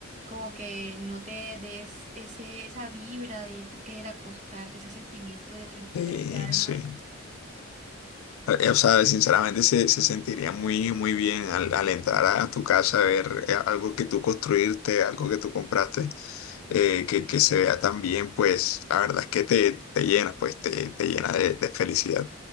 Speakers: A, on the right; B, on the left.
A: como que no te des ese, esa vibra de tú querer acostarte, ese sentimiento de tranquilidad
B: Sí,
A: y calma.
B: sí. Eh, O sea, sinceramente se, se sentiría muy, muy bien al, al entrar a tu casa a ver eh, algo que tú construirte, algo que tú compraste, eh, que, que se vea tan bien, pues la verdad es que te, te llena, pues te, te llena de, de felicidad.